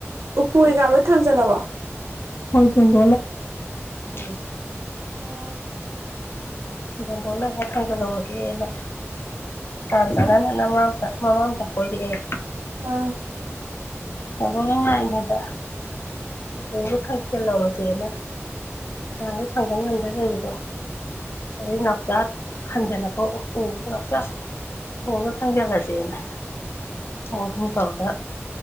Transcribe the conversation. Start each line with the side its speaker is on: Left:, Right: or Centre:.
Right: ꯎꯄꯨ ꯀꯩꯀꯥ ꯂꯣꯏ ꯊꯥꯡꯖꯜꯂꯕꯣ
Left: ꯍꯣꯏ ꯄꯨꯡ <unintelligible>
Right: ꯑꯣ
Left: ꯗꯣꯟꯗꯣꯟꯂꯩ ꯉꯥꯏ ꯊꯥꯡꯖꯜꯍꯧꯔꯒꯦꯅ ꯇꯥꯟ
Right: ꯎꯝ
Left: ꯆꯥꯅꯅ ꯅꯃꯥꯝꯆꯥ ꯃꯃꯥꯝꯆꯥ ꯀꯣꯏꯔꯛꯑꯦ
Right: ꯑ
Left: ꯗꯣꯟꯗꯣꯟ ꯅ ꯉꯥꯏꯔꯤꯉꯩꯗ ꯎꯄꯨꯗꯣ ꯊꯥꯡꯖꯜꯍꯧꯔꯁꯦꯅ ꯌꯥꯝꯃꯦ ꯊꯥꯡꯖꯟ ꯉꯝꯗꯣꯏ ꯂꯩꯔꯤꯗꯣ ꯑꯗꯩ ꯅꯥꯎꯆꯥ ꯍꯟꯖꯜꯂꯛꯄ ꯎꯕꯗ ꯅꯥꯎꯆꯥ ꯍꯣꯡꯅ ꯊꯥꯡꯖꯤꯜꯂꯁꯦꯅꯦ ꯃꯣꯏ ꯍꯨꯝ ꯇꯧꯔꯒ